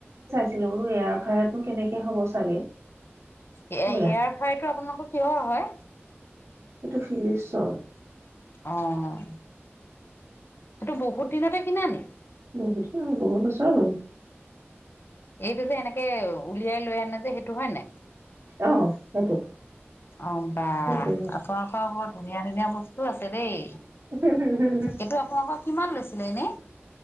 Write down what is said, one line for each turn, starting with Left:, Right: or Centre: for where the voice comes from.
Right: ছিলো বোলো এয়াৰ ফ্ৰায়াৰতনো কেনেকে হ'ব চাগে
Left: এয়া,
Right: হয়া
Left: এয়াৰ ফ্ৰায়াৰটো আপোনালোক কৰ কিহৰ হয়?
Right: এইটো ফিলিপচৰ।
Left: অ', এইটো বহুত দিনতে কিনা নি?
Right: বহুত দিন হ'ল, বহুত বছৰ হ'ল।
Left: এইটো যে এনেকে উলিয়াই লৈ আনে যে, সেইটো হয় নাই?
Right: অ সেইটো
Left: অ, বা,
Right: সেইটো হয়
Left: আপোনালোকৰ বৰ ধুনীয়া ধুনীয়া বস্তু আছে ছে দেই!
Right: <inaudible>
Left: এইটো আপোনালোকক কিমান লৈছিলে এনে?